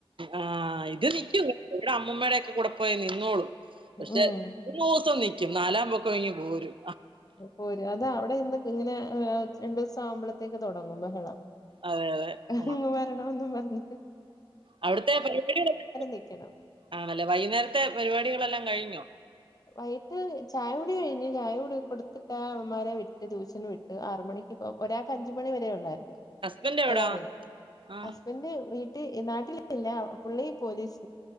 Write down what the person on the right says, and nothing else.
ആഹ് ഇത് നിക്കൂ ഇവിടെ അമ്മമ്മയുടെ ഒക്കെ കൂടെ പോയി നിന്നോളൂ പക്ഷെ
മൂന്ന് ദിവസം നിക്കു ക്കും നാലാം പക്കം ഇങ്ങ് പോരും
അതെ അതെ ആ.
അവിടുത്തെ പരിപാടികളല്ലാം
ആണല്ലേ വൈകുന്നേരത്തെ പരിപാടികളെല്ലാം കഴിഞ്ഞോ
ഹസ്ബൻഡ് എവിടാ
ആഹ്